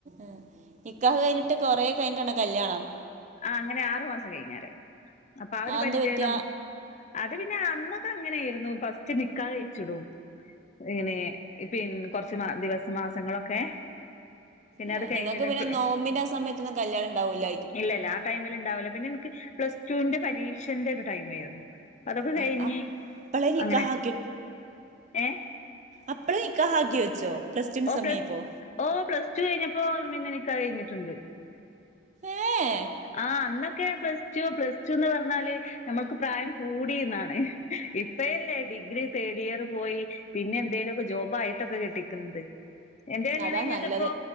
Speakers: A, on the right; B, on the left.
A: ആ നിക്കാഹ് കഴിഞ്ഞിട്ട് കൊറെ കഴിഞ്ഞിട്ടാണോ കല്യാണം
B: ആ അങ്ങനെ ആറു മാസം കഴിഞ്ഞാരെ അപ്പൊ ആ ഒരു
A: അതെന്ത്
B: പരിചയം
A: പറ്റിയാ?
B: നമ്മു അത് പിന്നെ അന്നൊക്കെ അങ്ങനെയായിരുന്നു ഫസ്റ്റ് നിക്കാഹ് കഴിച്ചിടും ഇങ്ങനെ പി ന്നെ കൊർച്ച് മാ ദിവസ മാസങ്ങളൊക്കെ പിന്നെ
A: ആ
B: അത് കഴിഞ്ഞിട്ട്
A: നിങ്ങക്ക് പിന്നെ
B: പ്ല
A: നോമ്പിന്റെ ആ സമയത്തൊന്നും കല്യാണണ്ടാവൂല
B: ഇല്ലല്ല ആ ടൈമിലുണ്ടാവില്ല പിന്നെ ഇൻക്ക് പ്ലസ് ടുവിന്റെ പരീക്ഷന്റെ ഒരു ടൈം ആയിരുന്നു അതൊക്കെ
A: ഏ
B: കഴിഞ്ഞ്
A: അപ്പളെ നിക്കാഹ്
B: അങ്ങനെ ഏ
A: അപ്പളേ നിക്കാഹ് ആക്കി വെച്ചോ പ്ലസ്ടുവിന്
B: ഓ
A: സമയായപ്പോ
B: പ്ലസ് ഓ പ്ലസ്ടു കഴിഞ്ഞപ്പോ പിന്നെ നിക്കാഹ് കഴിഞ്ഞിട്ടുണ്ട്
A: ഏ
B: ആ അന്നൊക്കെ പ്ലസ്ടു പ്ലസ്ടുന്ന് പർഞ്ഞാല് നമുക്ക് പ്രായം കൂടിന്നാണ് ഇപ്പയല്ലേ ഡിഗ്രി തേർഡ് ഇയർ പോയി പിന്നെ എന്തേലൊക്കെ ജോബായിട്ടൊക്കെ കെട്ടിക്കുന്നത് എന്റെ കല്യാണം
A: അതാ
B: കഴിഞ്ഞിട്ടിപ്പോ
A: നല്ലത്